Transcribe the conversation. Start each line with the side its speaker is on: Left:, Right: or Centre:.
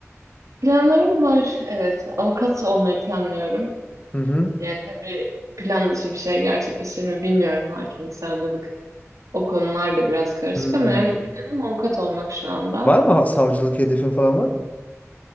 Right: Planlarım var. Evet. Avukat olmayı planlıyorum.
Left: Hı hı.
Right: Yani tabii plan dışı bir şey gerçekleşir mi bilmiyorum. Hakimlik, savcılık o konular da biraz karışık
Left: Hmm.
Right: ama yani planım avukat olmak şu anda.
Left: Var mı ha- savcılık hedefin falan var mı?